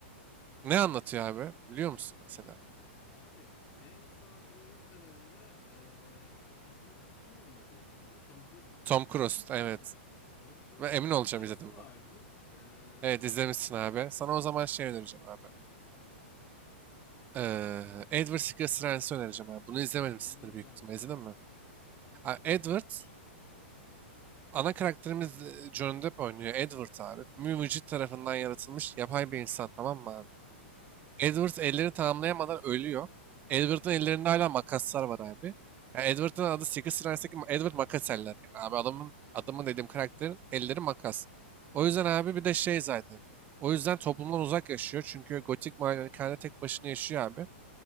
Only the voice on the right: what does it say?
ne anlatıyor abi? Biliyor musun mesela?
Tom Cruise. Evet.
Ve emin
olacağım
izledim
ben.
Evet izlemişsin abi. Sana o zaman şey önereceğim abi.
Ee, Edward Scissorhands'ı önereceğim abi. Bunu izlememişsindir
büyük ihtimalle. İzledin
mi?
Ha,
Edward,
ana karakterimiz e, Johnny Depp oynuyor. Edward abi. Mümücit tarafından yaratılmış yapay bir insan tamam mı abi? Edward elleri tamamlayamadan ölüyor. Edward'ın
ellerinde hala makaslar var abi. Yani Edward'ın adı Secret Service'deki Ma- Edward Makaseller yani. Abi adamın adamın dediğim karakterin elleri makas.
O yüzden abi bir de şey zaten. O yüzden toplumdan uzak yaşıyor. Çünkü gotik malikanede tek başına yaşıyor abi.